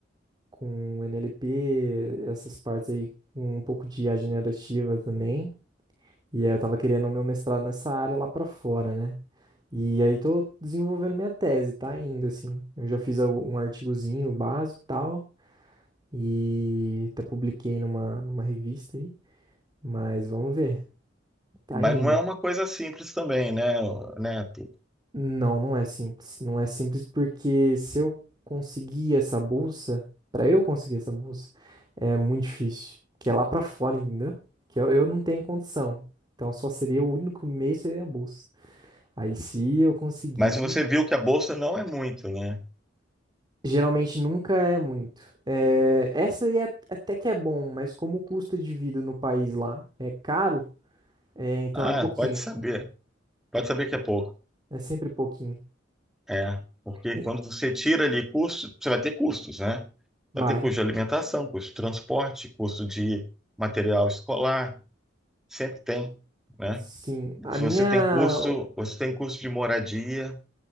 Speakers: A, on the right; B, in the centre.
A: com NLP, essas partes aí, com um pouco de IA generativa também. E aí eu tava querendo o meu mestrado nessa área lá pra fora, né? E aí tô desenvolvendo minha tese, tá ainda assim. Eu já fiz al- um artigozinho básico e tal, e até publiquei numa, numa revista aí, mas vamos ver. Tá
B: mas
A: ainda.
B: não é uma coisa simples também, né, né, Tu?
A: Não, não é simples. Não é simples porque se eu conseguir essa bolsa, pra eu conseguir essa bolsa, é muito difícil, que é lá pra fora, entendeu? Que eu, eu não tenho condição. Então só seria o único meio seria a bolsa. Aí se eu conseguir,
B: Mas você viu que a bolsa não é muito, né?
A: Geralmente nunca é muito. É, essa aí é, até que é bom, mas como o custo de vida no país lá é caro, é, então
B: Ah,
A: é pouquinho,
B: pode saber. Pode
A: pouquinho.
B: saber que é pouco.
A: É sempre pouquinho.
B: É, porque
A: E-
B: quando você tira ali custo, você vai ter custos, né?
A: Vai.
B: Vai ter custo de alimentação, custo de transporte, custo de material escolar, sempre tem, né?
A: Sim. A
B: Se
A: minha.
B: você tem custo, você tem custo de moradia,